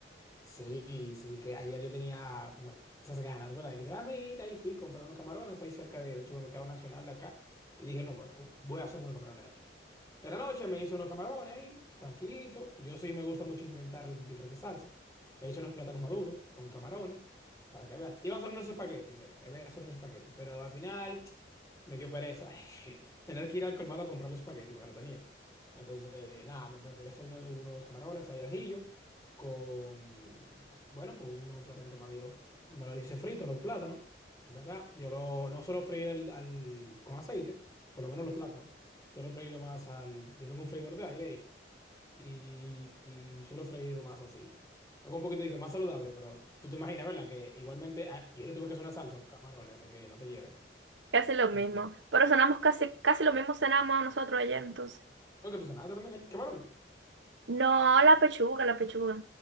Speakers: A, on the left (about 20°); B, on the right (about 85°).
A: Sí, sí, que ayer yo tenía como esas ganas, ¿verdad? Y dije, dame ir, ahí fui, compré unos camarones ahí cerca de- del supermercado nacional de acá. Y dije, no, bueno, pues voy a hacerme unos camarones hoy. En la noche me hice unos camarones ahí, tranquilito. Yo sí me gusta mucho inventar diferentes salsas. Me hice unos plátanos maduros con camarones, para que veas. Iba a hacer unos espaguetis, era. Iba a hacer unos espaguetis, pero al final me dio pereza <laughs> tener que ir al colmado a comprar los espaguetis porque no tenía. Entonces, eh, nada, me preferí hacer unos, unos camarones ahí al ajillo con, bueno, pues unos platanitos maduros. Me lo hice frito, los plátanos, ¿verdad? Yo lo, no suelo freír al- al- con aceite, por lo menos los plátanos. Suelo freírlo más al... Yo tengo un freidor de aire y, y, y suelo freírlo más así. Algo un poquito de que más saludable, pero tú te imaginas, ¿verdad? Que igualmente ah, yo le tuve que hacer una salsa a los camarones, o sea que no te lleves.
B: Casi lo
A: Eh,
B: mismo. Pero cenamos casi, casi lo mismo cenamos nosotros ayer, entonces.
A: Oye, que tú sonaste también camarones.
B: No, la pechuga, la pechuga.